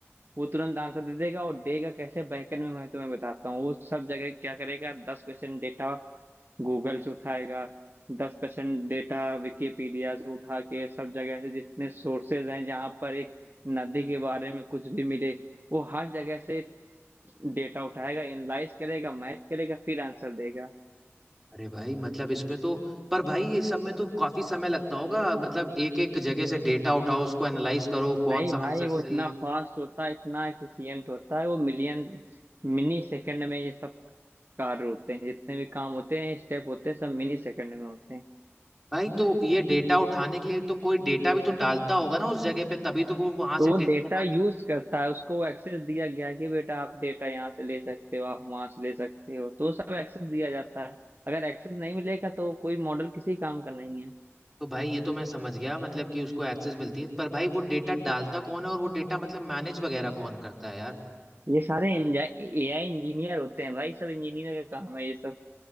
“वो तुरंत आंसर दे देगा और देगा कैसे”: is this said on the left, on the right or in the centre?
Right